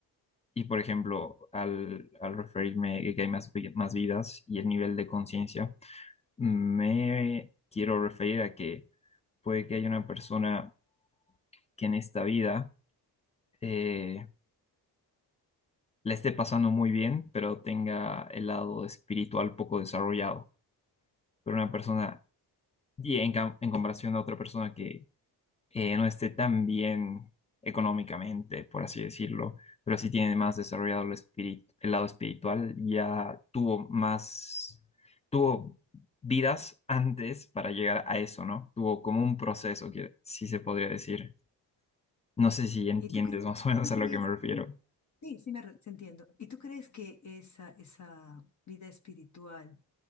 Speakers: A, on the left (about 15°); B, on the left (about 40°).
A: Y por ejemplo, al, al referirme a que hay más, vi- más vidas y el nivel de conciencia, me quiero referir a que puede que haya una persona que en esta vida... eh, la esté pasando muy bien, pero tenga el lado espiritual poco desarrollado. Pero una persona, y en, cam- en comparación a otra persona que eh, no esté tan bien económicamente, por así decirlo, pero sí tiene más desarrollado el espíritu, el lado espiritual, ya tuvo más, tuvo vidas antes para llegar a eso, ¿no? Tuvo como un proceso que sí se podría decir. No sé si entiendes
B: ¿Y tú crees?
A: más o
B: ¿Y
A: menos
B: tú
A: a
B: crees?
A: lo que me refiero.
B: Sí, sí, sí me re- sí entiendo. ¿Y tú crees que esa, esa vida espiritual